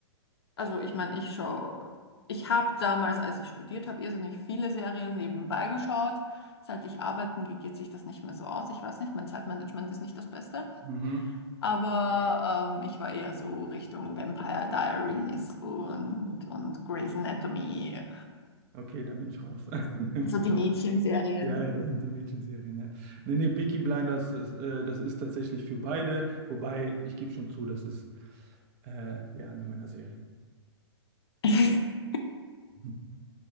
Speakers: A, on the left; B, on the right.
A: also ich meine, ich schaue, ich habe damals, als ich studiert habe, irrsinnig viele Serien nebenbei geschaut. Seit ich arbeiten gehe, geht sich das nicht mehr so aus. Ich weiß nicht, mein Zeitmanagement ist nicht das Beste.
B: Mhm.
A: Aber ähm, ich war eher so Richtung Vampire Diaries und, und Grey's Anatomy,
B: Okay, da bin ich raus. <laughs>
A: also die Mädchenserien.
B: Ja, ja, das sind die Mädchenserien. Ja. Nee, nee, Peaky Blinders, das, äh, das ist tatsächlich für beide, wobei ich gebe schon zu, das ist äh, ja eine Männerserie.
A: <laughs>
B: Hm.